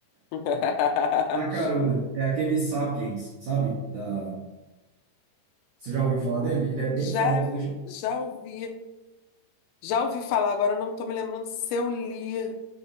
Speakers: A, on the left (about 80°); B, on the right (about 70°).
A: <laughs>
B: <laughs> Na caruda. É aquele Sapiens, sabe? Da... Você já ouviu falar dele? Ele é bem
A: Já,
B: famoso, deixa eu...
A: já ouvi, já ouvi falar, agora eu não estou me lembrando se eu li.